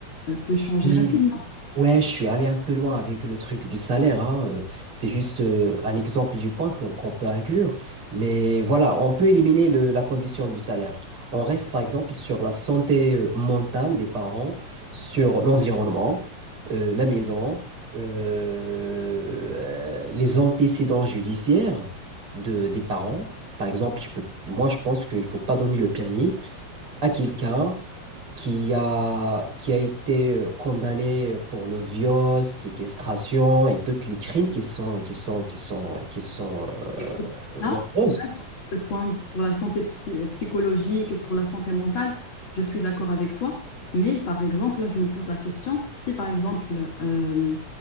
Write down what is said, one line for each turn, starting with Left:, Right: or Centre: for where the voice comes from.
Left: euh, peut changer
Right: Oui,
Left: rapidement.
Right: Ouais, je suis allé un peu loin avec le truc du salaire, hein, euh, C'est juste euh, un exemple du point qu'on qu'on peut inclure. Mais voilà, on peut éliminer le- la condition du salaire. On reste par exemple sur la santé euh, mentale des parents, sur l'environnement, euh, la maison, euh, euh, les antécédents judiciaires de, des parents. Par exemple, tu peux, moi je pense qu'il ne faut pas donner le permis à quelqu'un qui a, qui a été euh, condamné pour le viol, séquestration et tous les crimes qui sont, qui sont, qui sont, qui sont
Left: Écoute,
Right: euh,
Left: là,
Right: nombreuses.
Left: là, sur ce point de- pour la santé psy- psychologique et pour la santé mentale, je suis d'accord avec toi. Mais par exemple, là, je me pose la question, si par exemple, euh,